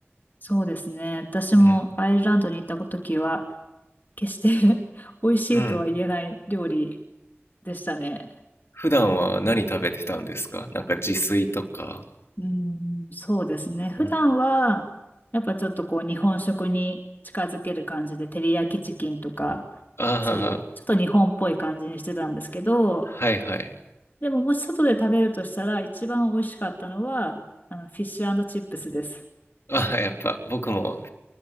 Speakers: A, on the left (about 45°); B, on the left (about 70°).
A: そうですね。私もアイルランドに行った時は、
B: うん。
A: 決して <laughs> 美味しいとは言えない料理
B: うん。
A: でしたね。
B: 普段は何食べてたんですかなんか自炊とか。
A: うん、そうですね。普段は、
B: うん。
A: やっぱちょっとこう日本食に近づける感じで、照り焼きチキンとか、
B: あ
A: そういうちょっと日本っぽい感じにしてたんですけど、
B: あ、はいはい。
A: でももし外で食べるとしたら、一番美味しかったのは、あの、フィッシュチップスです。フ
B: ああ、やっぱ僕も